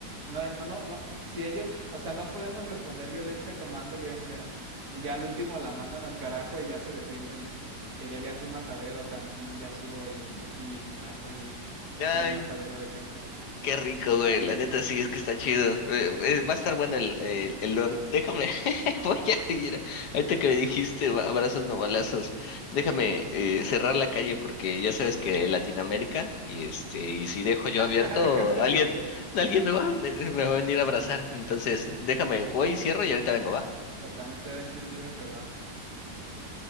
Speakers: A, on the right (about 70°); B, on the left (about 75°).
A: No, no, no, no. Si ellos, o sea, no podemos responder violencia con más violencia. Y ya al último la mandan al carajo y ya se defienden. Irelia hace un matadero también, Yasuo y, y Maestro Yi hacen
B: Ay,
A: un matadero de gente. <laughs>
B: qué rico, güey. La neta sí es que está chido. Eh, eh, va a estar bueno el, el, el lore. Déjame, <laughs> voy a ir. Ahorita que me dijiste ba- abrazos no balazos, déjame eh, cerrar la calle porque ya sabes que Latinoamérica y este, y si dejo yo abierto,
A: Ah, ¿dejaste
B: alguien,
A: abierto?
B: alguien me va, me, me va a venir a abrazar. Entonces, déjame, voy, cierro y ahorita vengo, ¿va?
A: Tratame era un testigo de Jehová.